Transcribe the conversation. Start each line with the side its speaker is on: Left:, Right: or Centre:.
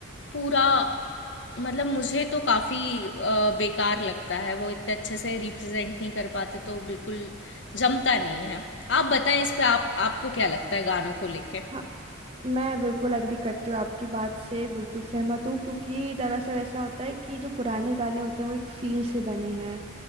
Left: पूरा मतलब मुझे तो काफ़ी अ, बेकार लगता है वो इतने अच्छे से रिप्रेजेंट नहीं कर पाते तो बिल्कुल जमता नहीं है आप बताएं इस पे आप आपको क्या लगता है गानों को लेके
Right: हाँ मैं बिल्कुल एग्री करती हूँ आपकी बात से बिल्कुल सहमत हूँ क्योंकि दरअसल ऐसा होता है कि जो पुराने गाने होते हैं वो एक फील से बने हैं